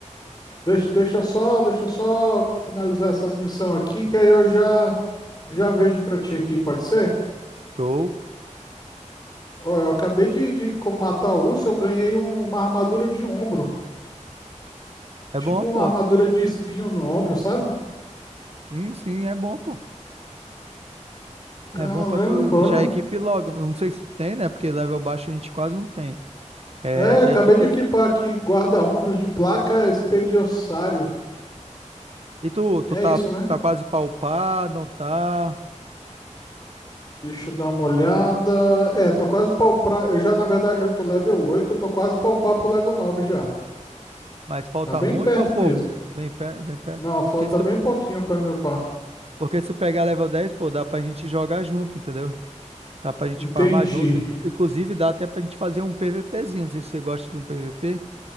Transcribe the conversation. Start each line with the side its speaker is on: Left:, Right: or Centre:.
Left: Deixa, deixa eu só, deixa eu só finalizar essas missões aqui, que aí eu já, já vejo pra ti aqui, pode ser?
Right: Show.
Left: Ó, eu acabei de, de co- matar o urso, eu ganhei um- uma armadura de ombro.
Right: É
Left: Tipo
Right: bom, pô.
Left: uma armadura de espinho no ombro, sabe?
Right: Sim, sim, é bom, pô.
Left: Caramba,
Right: É bom pra tu.
Left: olha.
Right: Já equipe logo. Não sei se tu tem, né? Porque level baixo a gente quase não tem. É,
Left: É,
Right: já
Left: acabei
Right: equipe.
Left: de equipar aqui guarda-ombros de placa expediossário.
Right: E tu, tu
Left: É
Right: tá,
Left: isso, né?
Right: tá quase pra upar, não tá?
Left: Deixa eu dar uma olhada. É, tô quase palpar. Eu já, na verdade, já tô level oito eu tô quase palpar pro level 9 já.
Right: Mas falta
Left: Tá bem
Right: muito
Left: perto
Right: ou pouco?
Left: mesmo.
Right: Bem perto, bem perto.
Left: Não, falta
Right: Porque se tu,
Left: bem pouquinho pra me upar.
Right: porque se pegar level 10, pô, dá pra gente jogar junto, entendeu? Dá pra gente
Left: Entendi.
Right: farmar junto. Inclu- Inclusive, dá até pra gente fazer um PVPzinho. Não sei se você gosta de um PVP.